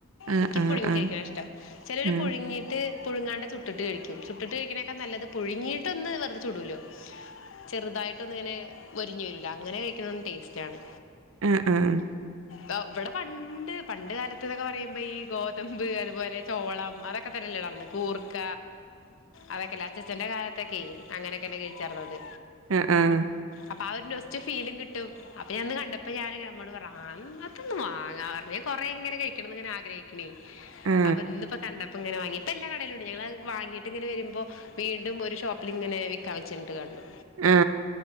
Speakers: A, on the right (about 90°); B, on the left (about 75°).
A: ആ
B: എനിക്ക്
A: ആ
B: പുഴുങ്ങി
A: ആ
B: കഴിക്ക്ണ ഇഷ്ടം ചിലരു
A: ആ
B: പുഴുങ്ങി. ട്ട് പുഴുങ്ങാണ്ട ചുട്ടിട്ട് കഴിക്കും ചുട്ടിട്ട് കഴിക്ക്യണെക്ക നല്ലത് പുഴുങ്ങിയിട്ടൊന്ന് വെറുത ചുടുലോ. ചെറുതായിട്ടൊന്ന്ങ്ങനെ മൊരിഞ്ഞ് വരൂലെ അങ്ങനെ കഴിക്കണന്ന് ടേസ്റ്റാണ്.
A: ആഹ് ആഹ്.
B: ദാ ഇവടെ പണ്ട് പണ്ട് കാലത്ത്ന്നൊക്കെ പറയു മ്പ ഈ ഗോതമ്പ് അതുപോലെ ചോളം അതൊക്കെ തരല്ല <unintelligible> ന്ന് കൂർക്ക. അതൊക്കല്ലെ അച്ചച്ചന്റെ കാലത്തൊക്കെയ് അങ്ങനൊക്കെന്നെ കഴിച്ചാർന്നത്.
A: ആഹ് ആഹ്.
B: അപ്പൊ ആ ഒരു നൊസ്റ്റു ഫീലും കിട്ടും. അപ്പ ഞാന്ന് കണ്ടപ്പ ഞാന്ങ്ങനെ അമ്മോട് പറയ അങ്ങൻതൊന്ന് വാങ്ങാ പറഞ്ഞ് ഞാൻ കൊറേങ്ങനെ കഴിക്കണംന്ന്ങ്ങനെ ആ ഗ്രഹിക്ക്ണേ
A: ആ
B: അപ്പൊ ഇന്ന്പ്പ കണ്ടപ്പങ്ങനെ വാങ്ങി ഇപ്പ എല്ലാ കടയിലുംണ്ട് ഞങ്ങളത് വാങ്ങിട്ട്ങ്ങനെ വരുമ്പൊ. വീണ്ടും ഒരു ഷോപ്പില്ങ്ങനെ വിക്കാൻ വെ ച്ച്ണ്ട് കണ്ടു
A: ആ